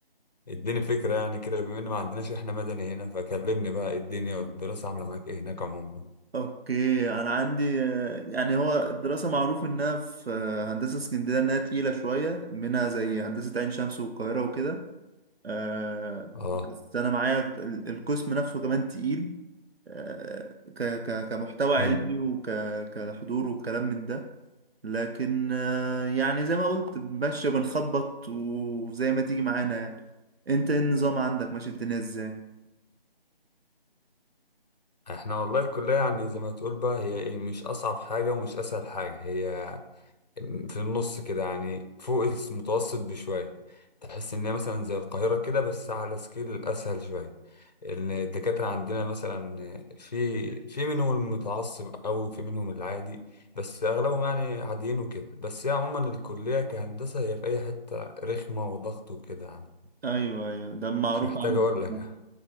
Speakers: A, on the left (about 45°); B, on the right (about 80°).
A: اديني فكرة يعني كده بما ان ما عندناش احنا مدني هنا فكلمني بقى إيه الدنيا والدراسة عاملة معاك ايه هناك عموما
B: اوكي انا عندي آه، يعني هو الدراسة معروف انها في آه، هندسة اسكندرية انها تقيلة شوية منها زي هندسة عين شمس والقاهرة وكده آه
A: اه
B: بس انا معايا ال- القسم نفسه كمان تقيل آه ك ك كمحتوى علمي
A: امم
B: وك كحضور وكلام من ده لكن آه يعني زي ما قلت ماشي بنخبط وزي ما تيجي معانا يعني انت إيه النظام عندك ماشي الدنيا ازاي
A: احنا والله الكلية يعني زي ما تقول بقى هي ايه مش اصعب حاجة ومش اسهل حاجة هي في النص كده يعني فوق المتوسط بشوية تحس إن هي مثلا زي القاهرة كده بس على سكيل أسهل شوية إن الدكاترة عندنا مثلا في في منهم المتعصب أوي في منهم العادي بس أغلبهم يعني عاديين وكده بس هي عموما الكلية كهندسة هي في أي حتة رخمة وضغط وكده يعني
B: ايوه ايوه ده معروف
A: مش محتاج
B: عنه
A: أقول لك
B: <laughs>
A: يعني.